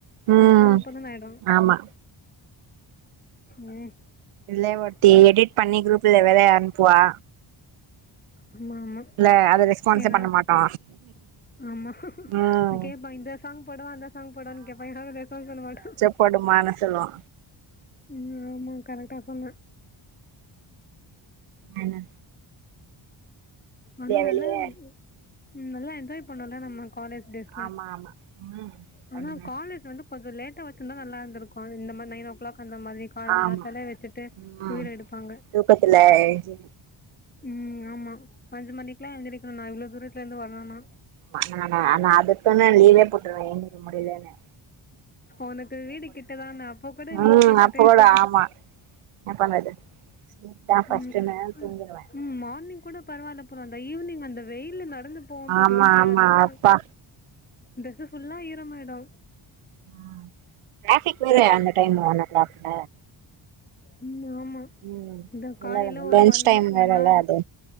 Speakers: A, on the right; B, on the left.
A: ம்
B: ஆ போது போது னு ஆயிடு
A: ஆமா
B: ம்
A: இல்லே ஒருத்தி எடிட் பண்ணி குரூப்ல வேற அனுப்புவா
B: ஆமா ஆமா
A: இல்ல அத ரெஸ்பான்ஸே
B: யாராது
A: பண்ண மாட்டோ
B: ஆமா
A: ம்
B: கேட்பா இந்த சாங் போடவா அந்த சாங் போடவான்னு கேட்பா யாரு ரெஸ்பான்ஸ் பண்ணமாட்டோ
A: போடுமானு சொல்லுவோ
B: ம் ஆமா கரெக்டா சொன்ன
A: ஹல்லோ
B: நம்ம நல்லா
A: வெளிய
B: இருந்துது ம் நல்லா என்ஜாய் பண்ணோல நம்ம காலேஜ் டேஸ்
A: ஆமா ஆமா ம்
B: ஆனா
A: பண்ணுங்க
B: காலேஜ் வந்து கொஞ்சோ லேட்டா வச்சி இருந்தா நல்லா இருந்துக்கு இந்த மாரி நைன் ஓ கிளாக் அந்த மாரி காலங்காத்தாலே
A: ஆமா
B: வச்சுட்டு
A: ம்
B: உயிர எடுப்பாங்க
A: தூக்கத்துல எழ்ஞ்சி
B: ம் ஆமா அஞ்சு மணிக்கெல்லா எந்திருக்கணு நா இவ்ளோ தூரத்துல இருந்து வரணுணா
A: மா நானா நா அதுக்குதான லீவே போட்டுருவே எந்திரிக்க முடிலன்னு
B: உனக்கு வீடு கிட்டதான அப்போ கூட லீவ்
A: ம்
B: போட்டுட்டு
A: அப்பகூட ஆமா ன பண்றது ஸ்லீப் தா ஃபஸ்ட்டுன்னு
B: ம்
A: தூங்கிருவே
B: ம் மார்னிங் கூட பரவால்ல போல அந்த ஈவினிங் அந்த வெயில் நடந்து போவோம்பா
A: ஆமா
B: ரோட்ல
A: ஆமா
B: அதுதா
A: அப்பா
B: ட்ரெஸ்சு ஃபுல்லா ஈரமாயிடு
A: ஆ டிராஃபிக் வேற அந்த டைம் ஒன் ஓ கிளாக்ல
B: ம் ஆமா
A: ம்
B: அதா காலையில
A: இல்ல
B: ஒரு
A: லன்ச்
B: ஒன்
A: டைம்
B: ம
A: வேறல்ல
B: ஒன் ஹாரு
A: அது